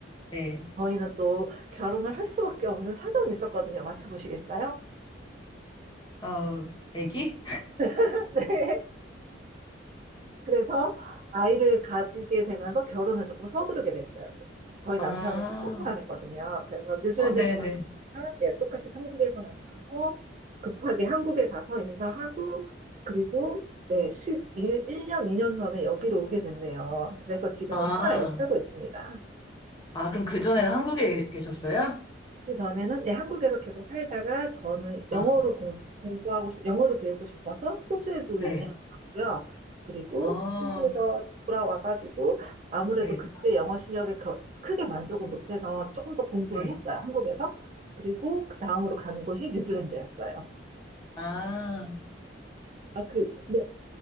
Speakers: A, on the left (about 25°); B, on the right (about 35°).
A: 네.
B: 저희는 또 결혼을 할 수밖에 없는 사정이 있었거든요. 맞춰보시겠어요?
A: 어, 애기?
B: <laughs> 네. 그래서 아이를 가지게 되면서 결혼을 조금 서두르게 됐어요. 그래서 저희
A: 아,
B: 남편은 체코 사람이거든요. 그래서 뉴질랜드에서
A: 어, 네,
B: 만나서
A: 네.
B: 예, 똑같이 삼국에서 만나서 급하게 한국에 가서 인사하고 그리고 네, 1일년 2년 전에 여기로 오게 됐네요. 그래서 지금은
A: 아,
B: 프라하에 살고 있습니다.
A: 아, 그럼 그전에는 한국에 계셨어요?
B: 그 전에는 예, 한국에서 계속 살다가 저는 영어를
A: 아,
B: 공, 부하고 영어를 배우고 싶어서 호주에도
A: 네.
B: 2년 있었고요. 그리고
A: 아...
B: 호주에서 돌아와가지고 아무래도
A: 네,
B: 그때 영어 실력에 그렇- 크게 만족을 못해서 조금 더 공부를
A: 네.
B: 했어요. 한국에서. 그리고 그 다음으로 간 곳이 뉴질랜드였어요.
A: 아,
B: 아, 그, 근데